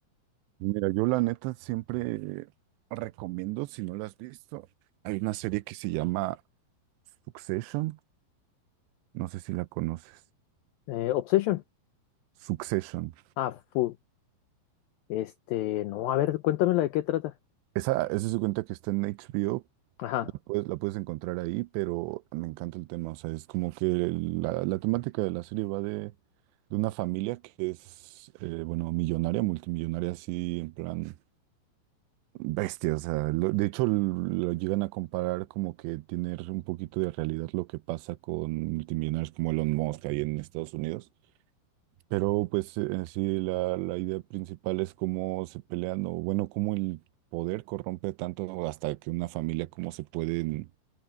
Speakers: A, on the right (about 85°); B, on the left (about 85°).
A: Mira, yo la neta siempre recomiendo, si no la has visto, hay una serie que se llama Succession, no sé si la conoces.
B: Eh, Obsession.
A: Succession.
B: Ah, fu. Este, no, a ver, cuéntamela de qué trata.
A: Esa, esa se cuenta que está en HBO,
B: Ajá.
A: Pues la puedes encontrar ahí, pero me encanta el tema. O sea, es como que la, la temática de la serie va de, de una familia que es, eh, bueno, millonaria, multimillonaria, así en plan bestia. O sea, lo- de hecho lo llegan a comparar como que tener un poquito de realidad lo que pasa con multimillonarios como Elon Musk ahí en Estados Unidos. Pero pues eh, en sí, la, la idea principal es cómo se pelean o bueno, cómo el poder corrompe tanto hasta que una familia, cómo se pueden